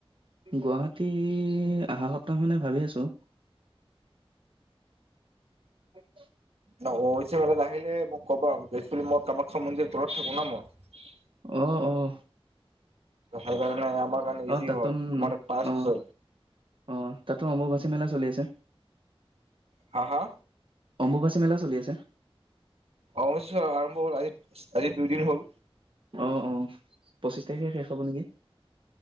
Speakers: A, on the right; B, on the right.
A: গুৱাহাটী আহা সপ্তাহ মানে ভাবি আছো <inaudible> <inaudible>
B: অ অম্বুবাচীত মেলাত আহিলে মোক ক'বা মই কামাখ্যা মন্দিৰৰ তলত থাকো ন মই
A: অ অ
B: সেইকাৰণে আমাৰ কাৰণে ইজি
A: অ তাতোত
B: হয়, আমাৰ তাত পাছ
A: অ
B: আছে।
A: অ তাতো অম্বুবাচী মেলা চলি আছে
B: হা হা
A: অম্বুবাচী মেলা চলি আছে
B: অ অম্বুবাচী মেলা আৰম্ভ হল আজি আজি দুই দিন হ'ল
A: অ অ পঁচিশ তাৰিখে শেষ হ'ব নেকি‌?